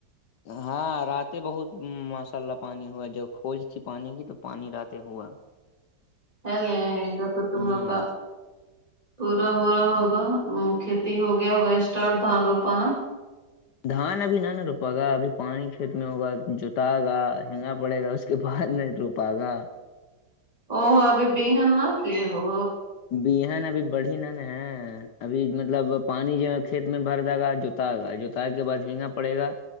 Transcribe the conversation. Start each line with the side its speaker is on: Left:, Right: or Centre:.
Left: ہاں رات بہت ماشاء اللہ پانی ہوا جب کھوج تھی پانی کی تو پانی رات ہوا
Right: ہے نہیں کیا تو گھر پے تم
Left: ہوں
Right: لوگ کا پورا ہو رہا ہوگا کھیتی ہو گیا ہوگا اسٹارٹ دھان روپاانا
Left: دھان ابھی نہ نہ روپ گا ابھی پانی کھیت میں ہوگا جوتا گا ہگا پڑے گا اس کے بعد نہیں روپ پاگا
Right: او ہو ابھی بہن نہ کی ہو
Left: بہن ابھی بڑھی نا نا ہے ابھی مطلب پانی جو ہے کھیت میں بھر جائے گا جو تا گا جوتا کے باد جھینگا پڑے گا